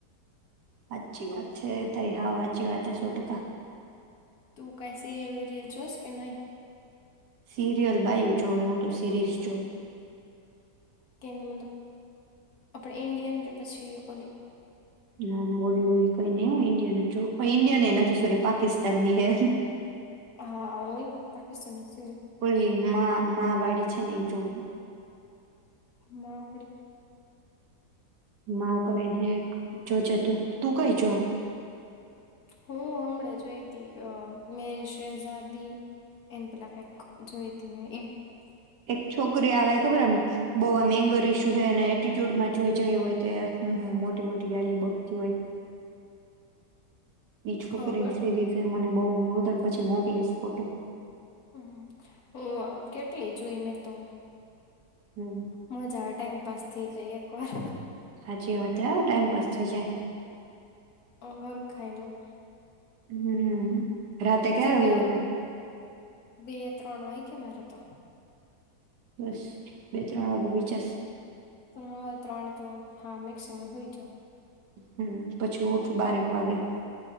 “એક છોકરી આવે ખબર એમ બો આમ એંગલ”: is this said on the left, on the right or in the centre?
Right